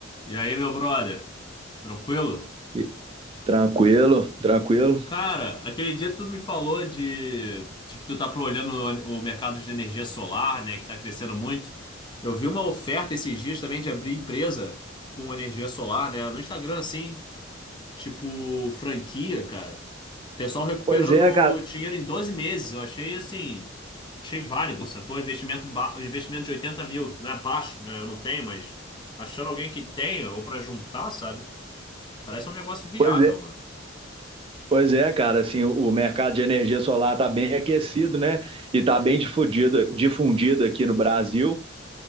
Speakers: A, on the left; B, on the right.
A: E aí, meu brother? Tranquilo?
B: E- Tranquilo, tranquilo.
A: Cara, aquele dia tu me falou de, de que tu tá olhando o o mercado de energia solar, né, que tá crescendo muito. Eu vi uma oferta esses dias também de abrir empresa com energia solar, né, no Instagram, assim, tipo franquia, cara. Pessoal recuperando
B: Pois é, cara.
A: dinheiro em 12 meses. Eu achei, assim, achei válido, sacou? Investimento, ba- investimento de 80 mil. Não é baixo, né? Eu não tenho, mas achando alguém que tenha ou pra juntar, sabe? Parece um negócio viável,
B: Pois é,
A: mano.
B: pois é, cara. Assim, o o mercado de energia solar está bem aquecido, né? E está bem difundido, difundido aqui no Brasil.